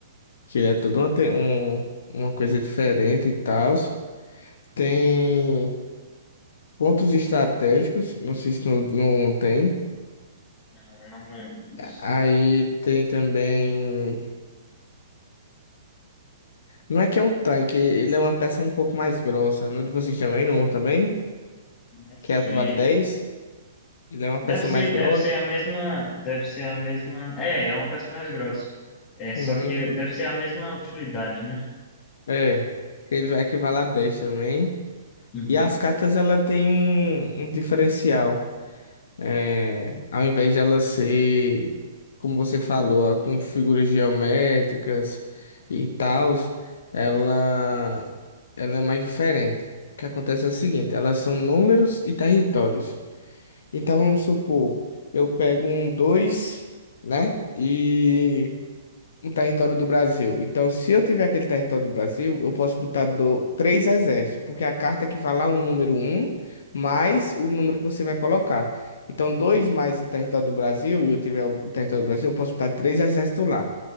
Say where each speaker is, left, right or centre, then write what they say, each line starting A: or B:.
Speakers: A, on the left; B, on the left.
A: que ele é toda uma, te- um- uma coisa diferente e tal. Tem pontos estratégicos, não sei se não, não tem.
B: Não, não lembro disso.
A: Aí tem também. Não é que é um tanque, ele é uma peça um pouco mais grossa. No de vocês também, não também?
B: Não sei.
A: Que é o que vale dez Ele é uma
B: Deve
A: peça
B: ser,
A: mais grossa.
B: deve ser a mesma, deve ser a mesma. É, é uma peça mais grossa. É, só
A: Uhum.
B: que deve ser a mesma utilidade, né?
A: É. Ele vai equivaler a 10 também.
B: Uhum.
A: E as cartas, ela tem um, um diferencial. É, ao invés de ela ser, como você falou, ah, com figuras geométricas e tal, ela, ela é mais diferente. O que acontece é o seguinte, elas são números e territórios. Então, vamos supor, eu pego um dois né? e um território do Brasil. Então, se eu tiver aquele território do Brasil, eu posso botar do, três exércitos, porque a carta equivale a um número um mais o número que você vai colocar. Então, dois mais o território do Brasil, e eu tiver o território do Brasil, eu posso botar três exércitos lá.